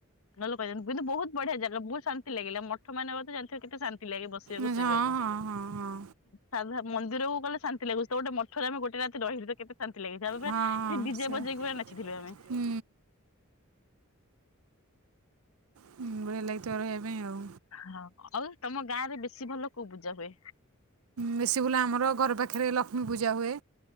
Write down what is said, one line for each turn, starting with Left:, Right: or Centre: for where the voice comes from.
Left: ଲୋକ ଜା କିନ୍ତୁ ବହୁତ ବଢିଆ ଜାଗା ବହୁ ଶାନ୍ତି ଲାଗିଲା ମଠ ମାନେ ତ ଜାଣିିଥିବ କେତେ ଶାନ୍ତି। ଲାଗେ ବସିବାକୁ
Right: ଆଚ୍ଛା
Left: ଶୋଇବାକୁ
Right: ହଁ ହଁ ହଁ ହଁ
Left: ସାଧାରଣ ମନ୍ଦିରକୁ ଗଲେ ଶାନ୍ତି ଲାଗୁଛି ଗୋଟେ ମଠରେ ଆମେ ଗୋଟେ ରାତି ରହିଲୁ ତ କେତେ ଶାନ୍ତି ଲାଗିଥାିବଉ
Right: ହଁ ହଁ
Left: ସେ ଡିଜେ
Right: ସେଇଆ
Left: ବଜେଇକୁ ନାଚିଥିଲୁ ଆମେ
Right: ହୁଁ। ହୁଁ ବଢିଆ ଲାଗିଥିବର ହେବେ ଆଉ
Left: ହଁ ଆଉ ତମ ଗାଁ ରେ ବେଶୀ ଭଲ କୋଉ ପୂଜା ହୁଏ।
Right: ବେଶୀ ଭୁଲ ଆମର ଘର ପାଖରେ ଲକ୍ଷ୍ମୀ ପୂଜା ହୁଏ।